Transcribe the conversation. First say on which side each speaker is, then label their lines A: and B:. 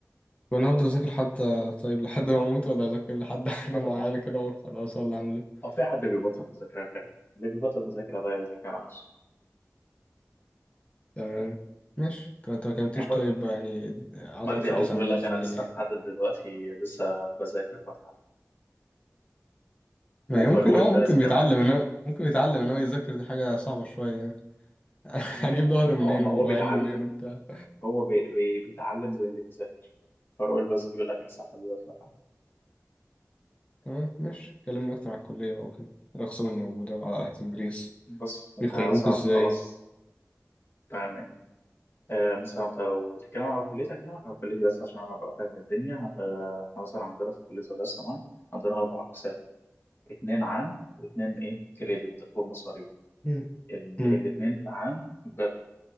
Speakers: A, on the left; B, on the left.
A: وانا هفضل اذاكر حتى <laughs> طيب لحد ما اموت ولا اذاكر لحد <laughs> حاجة
B: آه طبعا
A: معينة كده اقول خلاص ولا اعمل ايه
B: هو في حد بيبطل مذاكرة يا كريم اللي بيبطل مذاكرة ده يضحك على نفسه
A: تمام ماشي طب انت ما كلمتيش
B: يعني
A: طيب
B: مج-
A: يعني اعضاء
B: مجدي
A: التدريس
B: يعقوب بيقول
A: عامل
B: لك
A: ازاي
B: أنا لسه لحد دلوقتي لسه بذاكر وبتعلم
A: ما
B: وفاروق
A: هي ممكن
B: الباز
A: اه ممكن
B: كمان
A: بيتعلم انما ممكن بيتعلم انما يذاكر دي حاجة صعبة شوية يعني. <laughs>
B: ماشي
A: هجيب ظهر
B: ما
A: منين
B: هو ما
A: وعين
B: هو بيتعلم
A: منين وبتاع
B: هو بي بي بيتعلم زي اللي بيذاكر فاروق الباز بيقول لك انا صح دلوقتي بتعلم
A: تمام ماشي كلمنا اكتر على الكلية بقى وكده الاقسام الموجودة وعلى اهل التدريس
B: بص انت
A: بيقيموك
B: مثلا
A: ازاي
B: خلاص تمام ايه آه مثلا انت لو بتتكلم على كليتك هكلمك على كليتي بس عشان انا ابقى فاهم الدنيا آه احنا مثلا عندنا في كليه الذكاء الصناعي عندنا اربع اقسام اتنين عام واتنين ايه كريدت بمصاريف
A: مم.
B: ال-
A: مم.
B: الاتنين العام ب...